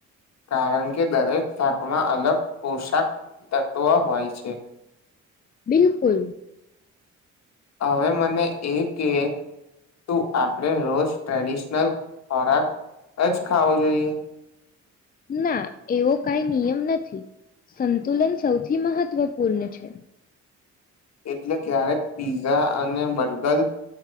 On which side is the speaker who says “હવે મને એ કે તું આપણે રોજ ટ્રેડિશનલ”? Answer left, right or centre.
Left